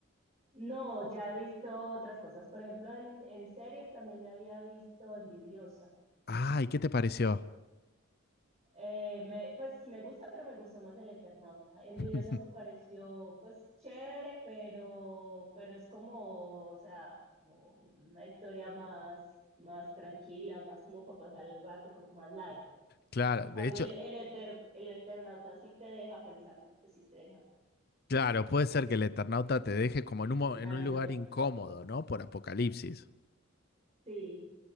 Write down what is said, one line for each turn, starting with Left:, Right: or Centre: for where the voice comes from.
Right: No, ya he visto otras cosas. Por ejemplo, en, en series también me había visto Envidiosa.
Left: Ah, ¿y qué te pareció?
Right: Eh, me, pues me gusta, pero me gustó más el Eternauta. Envidiosa
Left: <laughs>
Right: me pareció pues chévere, pero, pero es como, o sea, como una historia más, más tranquila, más como para pasar el rato, como más light. En
Left: Claro, de
Right: Cambio
Left: hecho,
Right: el, el, Eter- el Eternauta sí te deja pensando, pues sí te deja
Left: claro, puede ser que el Eternauta te deje como
Right: reflexionando.
Left: en un, mo- en un lugar incómodo, ¿no? Por Apocalipsis.
Right: Sí,